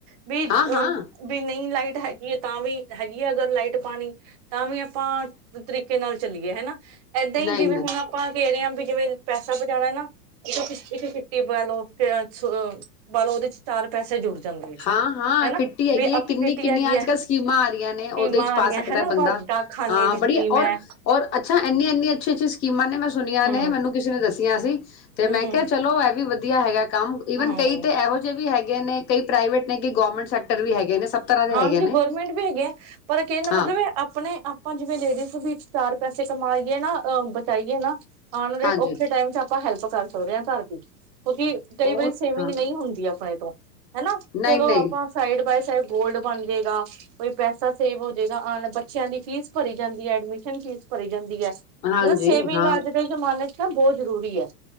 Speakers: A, on the right (about 25°); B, on the left (about 85°).
A: ਵੀ
B: ਹਾਂ
A: ਅ
B: ਹਾਂ
A: ਵੀ ਨਹੀਂ ਲਾਈ ਹੈਗੀ ਹੈ ਤਾਂ ਵੀ, ਹੈਗੀ ਹੈ ਅਗਰ ਲਾਈਟ ਪਾਣੀ, ਤਾਂ ਵੀ ਆਪਾਂ ਤਰੀਕੇ ਨਾਲ ਚੱਲੀਏ ਹੈਨਾ। ਏਦਾਂ
B: ਨਹੀਂ-ਨਹੀਂ
A: ਈ ਜਿਵੇਂ ਹੁਣ ਆਪਾਂ ਦੇ ਰੇ ਆਂ ਵੀ ਜਿਵੇਂ ਪੈਸਾ ਬਚਾਣਾ ਏ ਨਾ, ਇਕ, ਇਕ ਕਿਟੀ ਪਾਲੋ, ਫਿਰ ਅ ਸੋ ਅ ਪਾਲੋ। ਉਹਦੇ ਵਿਚ ਚਾਰ ਪੈਸੇ ਜੁੜ ਜਾਂਦੇ ਆ
B: ਹਾਂ ਹਾਂ,
A: ਹਨਾ
B: ਕਿੱਟੀ ਹੈਗੀ
A: ਵੀ
B: ਏ
A: ਅਪ
B: ਕਿੰਨੀ
A: ਕਿੱਟੀ
B: ਕ ਕਿੰਨੀਆਂ
A: ਹੈਗੀ
B: ਅੱਜ
A: ਹੈ
B: ਕੱਲ੍ਹ ਸਕੀਮਾਂ ਆ ਰਹੀਆਂ ਨੇ,
A: ਸਕੀਮਾਂ
B: ਉਹਦੇ ਚ
A: ਆ
B: ਪਾ
A: ਰਹੀਆਂ
B: ਸਕਦੈ
A: ਹਨਾ
B: ਬੰਦਾ।
A: ਆਪਾਂ ਡਾਕਖਾਨੇ
B: ਹਾਂ,
A: ਦੀ
B: ਬੜੀ
A: ਸਕੀਮ
B: ਔਰ
A: ਹੈ
B: ਔਰ ਅੱਛਾ ਐਨੀ ਐਨੀ ਅੱਛੀ ਅੱਛੀ ਸਕੀਮ ਕੀਮਾ ਨੇ ਮੈਂ ਸੁਣਿਆ
A: ਹਮ
B: ਨੇ। ਮੈਨੂੰ, ਕਿਸੇ ਨੇ ਦੱਸ ਕੀਤੀਆਂ ਸੀ। ਤੇ
A: ਹਮ
B: ਮੈਂ ਕਿਹਾ
A: ਹਮ
B: ਚਲੋ ਐਹ ਵੀ ਵਧੀ ਵਧੀਆ ਹੈਗਾ। ਕੰਮ ਈਵਨ
A: ਹਾਂ,
B: ਕਈ ਤੇ ਐਹੋ ਜੇ ਵੀ ਹੈਗੇ ਨੇ ਕਈ ਪ੍ਰਾਈਵੇਟ ਨੇ ਕਈ ਗੌਰਮੈਂਟ ਸੈਕ ਟਰ ਵੀ ਹੈਗੇ ਨੇ। ਸਭ ਤਰ੍ਹਾਂ ਦੇ
A: ਹਾਂਜੀ,
B: ਹੈਗੇ ਨੇ
A: ਗੌਰਮੈਂਟ ਵੀ ਹੈਗੇ ਐ। ਪਰ, ਕਹਿਣ ਦਾ
B: ਹਾਂ
A: ਮਤਲਬ ਏ ਆਪਣੇ ਆਪਾਂ ਜਿਵੇਂ ਲੇਡੀਜ਼ ਵੀ ਚਾਰ ਪੈਸੇ ਕਮਾਈਏ ਨਾ ਅ ਬਚਾਈਏ ਨਾ ਆਣ ਅਲੇ
B: ਹਾਂਜੀ
A: ਔਖੇ ਟਾਈਮ ਚ ਅਪ ਆਪਾਂ ਹੈਲਪ ਕਰ ਸਕਦੇ ਆਂ ਘਰ ਦੀ। ਕਿਉਂਕਿ ਕਈ
B: ਉਹ
A: ਵਾਰੀ ਸੇਵਿੰਗ
B: ਹਾਂ
A: ਨਹੀਂ ਹੁੰਦੀ ਆਪਣੇ ਤੋਂ। ਹੈਨਾ,
B: ਨਹੀਂ-ਨਹੀਂ
A: ਚਲੋ, ਆਪਾਂ ਸਾਈਡ ਬਾਏ ਸਰ ਗੋਲਡ ਬਣ ਜੇਗਾ ਕੋਈ ਪੈਸਾ ਸੇਵ ਹੋ ਜੇਗਾ ਬੱਚਿਆਂ ਦੀ ਫੀਸ ਭਰੀ ਜਾਂਦੀ ਹੈ। ਐਡਮਿਸ਼ਨ ਫੀਸ ਭਰੀ ਜਾਂਦੀ ਹੈ।
B: ਹਾਂਜੀ
A: ਮਤਲਬ ਸੇਵਿੰਗ
B: ਹਾਂ
A: ਅੱਜ ਦੇ ਜ਼ਮਾਨੇ ਚ ਬਹੁਤ ਜ਼ਰੂਰੀ ਹੈ।